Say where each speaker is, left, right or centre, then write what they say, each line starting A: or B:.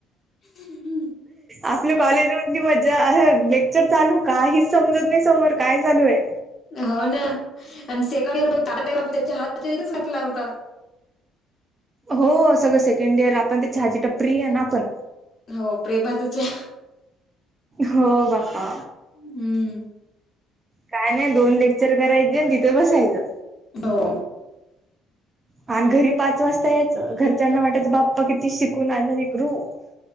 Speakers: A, on the left (about 40°); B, on the right (about 20°).
A: हम
B: आपलं कॉलेजमधली मज्जा असं लेक्चर चालू काहीच समजत नाही समोर काय चालू आहे.
A: हो ना आणि सेकंड इयर म तार बा त्याच्या हातच्या तथच घातला होता.
B: हो सगळं सेकंड इयर आपण त्या हाचीीट प्रि आहे ना आपण.
A: हो प्रेमाचा चहा
B: हो बापा.
A: हम्म
B: काय नाही दोन लेक्चर करायचे आणि तिथं बसायचं.
A: हो.
B: बणा आणि घरी पाच वाजता याच घरच्याना वाटायच बाप्पा किती शिकून आलं लेकरू.